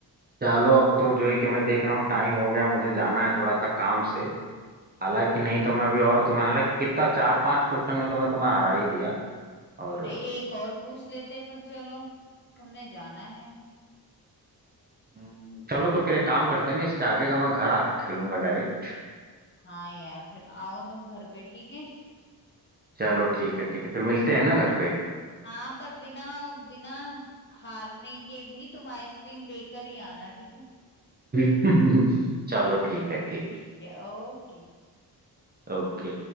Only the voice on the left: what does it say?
अरे एक और पूछ लेते पर चलो तुमने जाना है
हाँ यार फिर आओ तुम घर पे ठीक है
हाँ पर बिना बिना हारने के भी तुम आइसक्रीम लेकर ही आना ठीक है
ठीक है ओके